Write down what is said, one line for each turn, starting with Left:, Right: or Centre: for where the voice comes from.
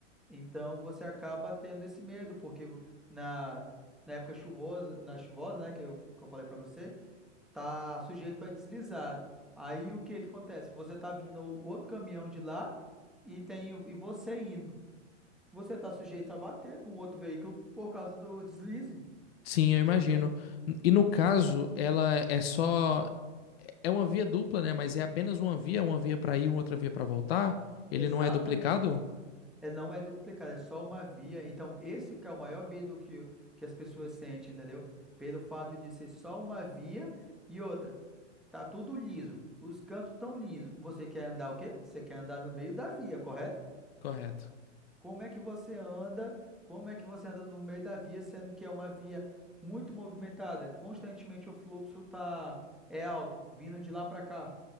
Centre: Então você acaba tendo esse medo, porque vo- na, na época chuvosa, na chuvosa, né, que eu, que eu falei pra você, tá sujeito a deslizar. Aí o que que acontece? Você tá vindo o outro caminhão de lá e tem e você indo. Você tá sujeito a bater com outro veículo por causa do deslize,
Left: sim, eu imagino,
Centre: você entende?
Left: e no caso, ela é só, é uma via dupla, né, mas é apenas uma via, uma via para ir, outra via para voltar, ele
Centre: Exatamente.
Left: não é duplicado?
Centre: É, não é duplicado, é só uma via. Então, esse que é o maior medo que, que as pessoas sentem, entendeu? Pelo fato de ser só uma via e outra, tá tudo liso. Os cantos estão lisos. Você quer andar o quê? Você quer andar no meio da via, correto?
Left: Correto.
Centre: Como é que você anda? Como é que você anda no meio da via, sendo que é uma via muito movimentada? Constantemente o fluxo tá é alto, vindo de lá para cá.